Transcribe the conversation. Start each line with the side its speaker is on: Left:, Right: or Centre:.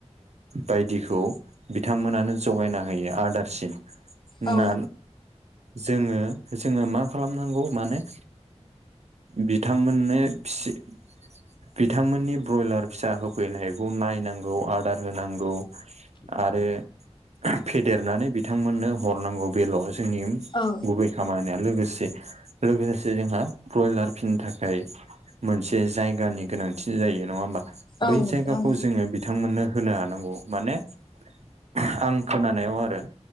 Right: बायदिखौ बिथांमोनानो जगायना होयो आदारसिम
Left: औ
Right: ना जोंङो जोंङो मा खालामनांगौ माने- बिथांमोननो फिसि- बिथांमोननि ब्रयलार फिसा होफैनायखौ नायनांगौ आदार होनांगौ आरो फेदेरनानै बिथांमोननो हरनांगौ बेल' जोंनि
Left: औ
Right: गुबै खामानिया लोगोसे लोगोसे जोंहा ब्रयलार फिनो थाखाय मोनसे जायगानि गोनांथि जायो नंङा होमबा
Left: औ
Right: बै
Left: नोंथां
Right: जायगाखौ जोंङो। बिथांमोननो होनो हानांगौ माने आं खोनानायाव आरो।